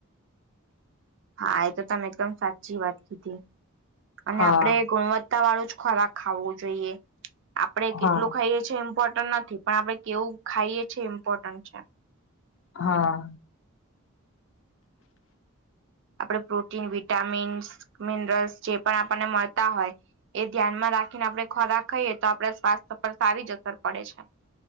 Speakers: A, on the right; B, on the left.
A: હા, એ તો તમે એકદમ સાચી વાત કીધી. અને
B: હા
A: આપડે ગુણવત્તા ગુણવત્તા વાળું જ ખોરાક ખાવું જોઈએ, આપણે
B: હા
A: કેટલું ખાઈએ છે, એ ઇમ્પોર્ટન્ટ નથી. પણ આપડે કેવું ખાઈએ છીએ, એ ઇમ્પોર્ટન્ટ છે.
B: હા
A: આપણે પ્રોટીન વિટામીન્સ મિનરલ્સ જે પણ આપણને મળતા હોય. એ ધ્યાનમાં રાખીને આપડણે ખોરાક ખાઈએ તો આપણા સ્વાસ્થ્ય પર સારી જ અસર પડે છે.